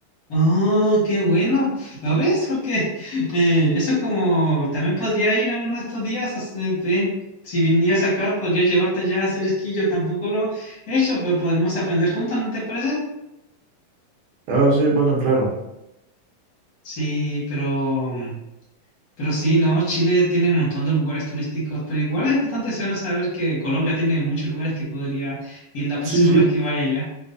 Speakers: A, on the left; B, on the right.
A: Oh, qué bueno. ¿Lo ves? Porque eh, eso es como, también podría ir a uno de estos días, a hacer- ven, si vinieras acá, podría llevarte ya a hacer esquí. Yo tampoco lo he hecho, pero podríamos aprender juntos, ¿no te parece?
B: Ah, sí, bueno, claro.
A: Sí, pero, pero sí, no, Chile tiene un montón de lugares turísticos, pero igual es bastante bueno saber que Colombia tiene muchos lugares que podría ir la próxima
B: Sí, sí,
A: vez que vaya allá.